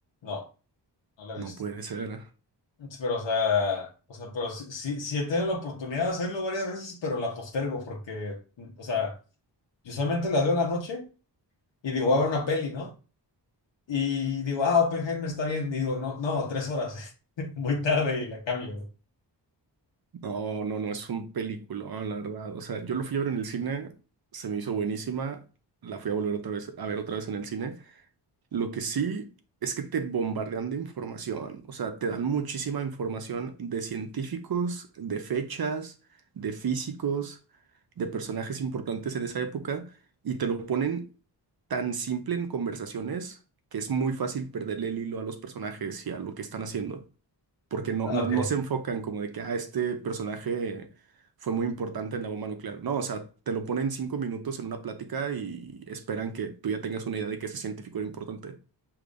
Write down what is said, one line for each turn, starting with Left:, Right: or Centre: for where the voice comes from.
Left: No, no la
Right: No
Left: he visto.
Right: puede ser.
Left: Pero, o sea, o sea, pero sí, sí, sí he tenido la oportunidad de hacerlo varias veces, pero la postergo porque, o sea... Yo solamente las veo en la noche y digo, voy a ver una peli, ¿no? Y digo, ah, Oppenheimer está bien. Y digo, no, no, tres horas. <laughs> Muy tarde y la cambio. güey.
Right: No, no, no, es un peliculón, la verdad. O sea, yo lo fui a ver en el cine, se me hizo buenísima, la fui a volver otra vez, a ver otra vez en el cine. Lo que sí es que te bombardean de información, o sea, te dan muchísima información de científicos, de fechas, de físicos, de personajes importantes en esa época, y te lo ponen tan simple en conversaciones que es muy fácil perderle el hilo a los personajes y a lo que están haciendo, porque no,
Left: Ah,
Right: no,
Left: ok.
Right: no se enfocan como de que, ah, este personaje fue muy importante en la bomba nuclear. No, o sea, te lo ponen cinco minutos en una plática y esperan que tú ya tengas una idea de que ese científico era importante.